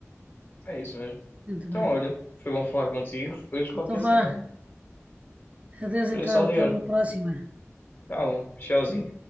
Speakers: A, on the left; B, on the right.
A: é isso mesmo.
B: Muito
A: Então,
B: bem.
A: olha, foi bom falar contigo. Depois qualquer
B: Então vá.
A: cena,
B: Adeus
A: depois
B: então.
A: é só
B: Até
A: ligar.
B: uma próxima.
A: Tá bom, tchauzinho.